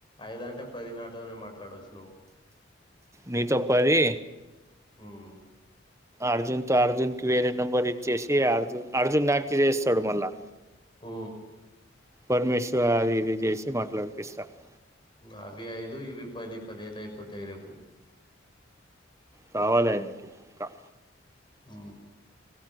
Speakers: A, on the left (about 25°); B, on the right (about 15°).
A: ఐదంటే పది నాతోనే మాట్లాడొచ్చు నువ్వు
B: నీతో పది
A: ఉమ్
B: అర్జున్ తో అర్జున్కి వేరే నెంబర్ ఇచ్చేసి అర్జున్ అర్జున్ దానికి చేస్తాడు మళ్ళా
A: ఊ
B: పరమేశ్వర్, ఆది ఇది చేసి మాట్లాడపిస్తా ఆ
A: అవి ఐదు ఇవి పది పదిహేను అయిపోతాయి రేపు
B: కావాలి ఆయనకి క
A: ఆ